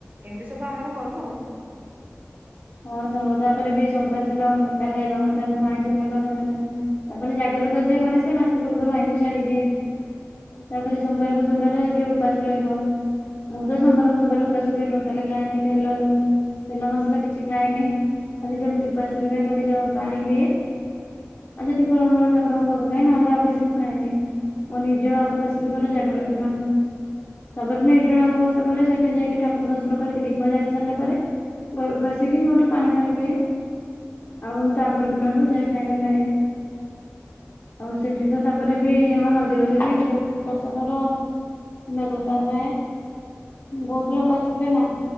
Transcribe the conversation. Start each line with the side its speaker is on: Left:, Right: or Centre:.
Right: ଏମିତି ସବୁ ଆମର କରୁ ଆଉ।
Left: ହଁ ସାଙ୍ଗ ତାପରେ ବି ସୋମବାର ଦିନ ଖଟା ଖାଇବା କଥା ନୁହଁ ଆଇଁଷ ଖାଇବା କଥା ନୁଁ ତାପରେ ଜାଗର ତ ଯିଏ କରେ ସେ ମାସ ପୂର୍ବରୁ ଆଇଁଷ ଛାଡିଦିଏ ତାପରେ ସୋମବାରେକୁ ସୋମବାରେ ଯଉ ଉପାସ ରହିବ ମୁଁ ତ ସୋମବକୁ ସୋମବାର ଉପାସ ରୁହେ ଟୋଟାଲି ଖାଏନି ତେଲ ଲୁ ତେଲ ମସଲା କିଛି କିଛି ଖାଏନି ଖାଲି ସେମିତି ଉପାସ ରୁହେ ଖାଲି ପାଣି ପିଏ ଆଉ ଯଦି ଫଳମୂଳ ଠାକୁରଙ୍କ ପାଖ ଖାଏ ନହେଲେ ଆଉ କିଛି ମୁଁ ଖାଏନି ମୋ ନିର୍ଜଳା ଉପବାସ ବି କରେ ଜାଗର ଦିନ ତାପରେ ନିର୍ଜଳା ଉପବାସ କରେ ସେଠି ଯାଇକି ଠାକୁର ଦର୍ଶନ କରିକି ଦୀପ ଜାଳି ସାରିଲା ପରେ ଘରକୁ ଆସେ। ଆସିକି ମୋର ପାଣି ପାଣି ପିଏ ଆଉ ତାପରେ ଦିନଠୁଁ ଯାହା ଖାଇବା ଖାଏ ଆଉ ସେଠି ତ ତାପରେ ବି ଆମ ମନ୍ଦିରରେ ବି ବହୁତ ପ୍ରସାଦର ବ୍ୟବସ୍ଥା ଥାଏ ବହୁତ ଲୋକ ଆସିବେ ନା